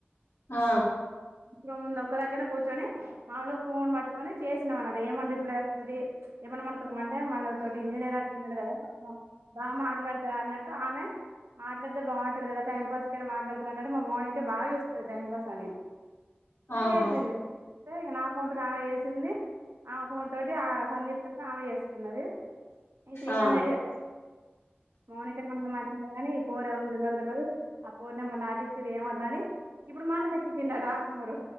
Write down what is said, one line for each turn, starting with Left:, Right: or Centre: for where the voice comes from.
Left: ఆ
Right: ఇంతకు ముందు ఒక్క దగ్గర కూర్చొని మాములుగా ఫోన్ పట్టుకొని చేసినాం అన అడ ఏమన్నా రిప్లై వస్తుంది ఏమన్నా మనకుమంటే మన తోటి ఇంజనీర్ అంటున్నాడు కదాం బాగా మాట్లాడతడు అన్నట్టు ఆమె మాట్లాడితే బాగుంటుంది కదా టైం పాస్ కైనా మాట్లాడతారు అన్నట్టు మా మార్నింగ్కే బాగా ఇ వస్తుంది టైంపాస్ అని
Left: ఆహా
Right: ఇ చేసింది అే ఇక నా ఫోన్ తోటి ఆమె చేసింది ఆ ఫోన్ తోటి ఆ సందీప్ త ఆమె చేసుకున్నది ఇ శ్రీకాంత్
Left: ఆ
Right: మౌణికనా మమాంద అనీ పోరు ఎవరు విలువంత ఆ పోరు నెమ్మరు నాటి ఇచ్చరు ఏమ వద్దా అని ఇప్పుడు మా ఎండకి తిడు టమరు